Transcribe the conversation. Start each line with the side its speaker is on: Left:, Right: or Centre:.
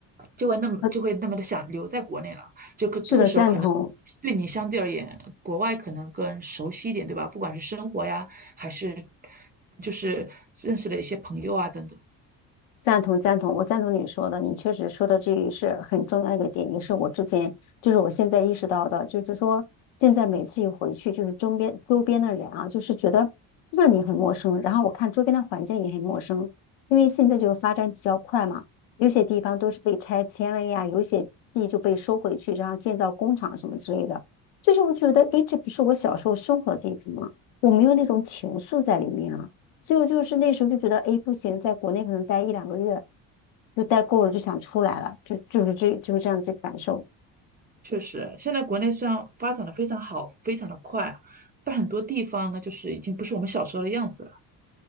Right: 就会那么就会那么的想留在国内了，
Left: 呃，
Right: 就可这个时候可能
Left: 是的，赞同。
Right: 对你相对而言，国外可能更熟悉一点，对吧？不管是生活呀，还是就是认识的一些朋友啊等等。
Left: 赞同赞同，我赞同你说的，你确实说的这个是很重要一个点，也是我之前就是我现在意识到的，就是说现在每次一回去，就是周边周边的人啊，就是觉得让你很陌生，然后我看周边的环境也很陌生，因为现在就是发展比较快嘛，有些地方都是被拆迁了呀，有些地就被收回去，然后建造工厂什么之类的，就是我觉得，诶，这不是我小时候生活的地方吗？我没有那种情愫在里面啊。所以我就是那时候就觉得，哎，不行，在国内可能待一两个月就待够了，就想出来了，就就是这就是这样子感受。
Right: 确实，现在国内虽然发展的非常好，非常的快啊，但很多地方呢，就是已经不是我们小时候的样子了。